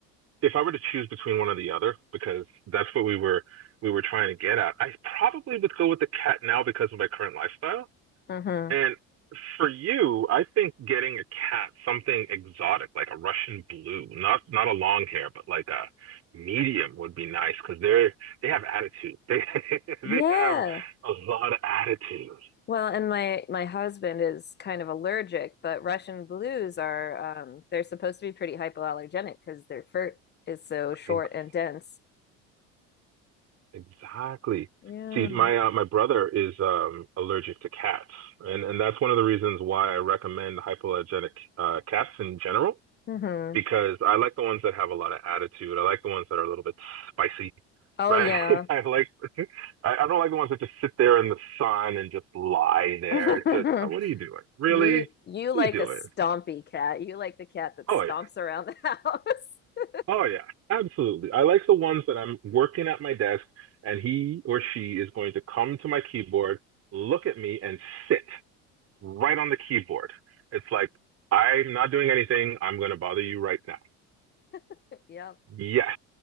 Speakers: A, on the right (about 50°); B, on the left (about 30°).
A: if I were to choose between one or the other, because that's what we were we were trying to get at, I probably would go with the cat now because of my current lifestyle.
B: hmm
A: And for you, I think getting a cat, something exotic like a Russian blue, not not a long hair, but like a medium would be nice because they're they have attitude. They <laughs> they
B: Yeah.
A: have a lot of attitude.
B: Well, and my my husband is kind of allergic, but Russian blues are um they're supposed to be pretty hypoallergenic because their fur is so short
A: Exactly.
B: and dense.
A: Exactly.
B: Yeah.
A: See, my uh, my brother is um, allergic to cats, and and that's one of the reasons why I recommend hypoallergenic uh, cats in general
B: hmm
A: because I like the ones that have a lot of attitude. I like the ones that are a little bit spicy,
B: Oh
A: right?
B: yeah.
A: <laughs> I like I, I don't like the ones that just sit there in the sun and just lie there.
B: <laughs>
A: It's just, "Uh, what are you doing? Really?
B: You you
A: What
B: like
A: are you doing?
B: a stompy cat. You like the cat that
A: Oh
B: stomps
A: yeah.
B: around the house.
A: Oh yeah, absolutely. I like the ones that I'm working at my desk and he or she is going to come to my keyboard, look at me and sit right on the keyboard. It's like, I'm not doing anything. I'm going to bother you right now.
B: <laughs> Yep.
A: Yes.